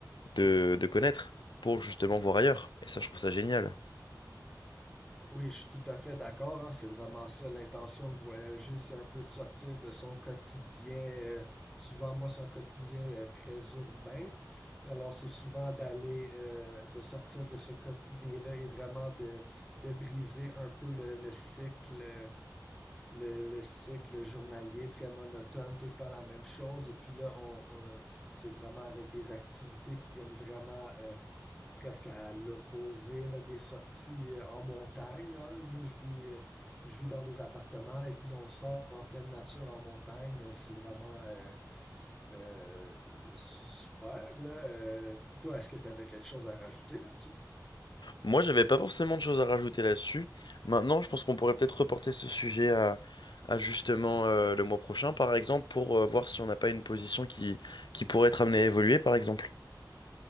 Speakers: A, on the left; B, in the centre.
A: de, de connaître pour justement voir ailleurs. Et ça, je trouve ça génial.
B: Oui, je suis tout à fait d'accord, hein, c'est vraiment ça l'intention de voyager, c'est un peu de sortir de son quotidien. euh, souvent, moi, c'est un quotidien euh, très urbain. Alors, c'est souvent d'aller, euh, de sortir de ce quotidien-là et vraiment de, de briser un peu le, le cycle, euh, le, le cycle journalier très monotone, tout le temps la même chose. Et puis là, on, on- c'est vraiment avec des activités qui viennent vraiment euh, presque à l'opposé là, des sorties euh, en montagne. hein. Moi, je vis, euh, je vis dans des appartements et puis là, on sort en pleine nature en montagne. Euh, C'est vraiment euh, euh, su- super, là. Euh, toi, est-ce que tu avais quelque chose à rajouter là-dessus?
A: Moi, j'avais pas forcément de choses à rajouter là-dessus. Maintenant, je pense qu'on pourrait peut-être reporter ce sujet à, à justement euh, le mois prochain, par exemple, pour euh, voir si on n'a pas une position qui, qui pourrait être amenée à évoluer, par exemple.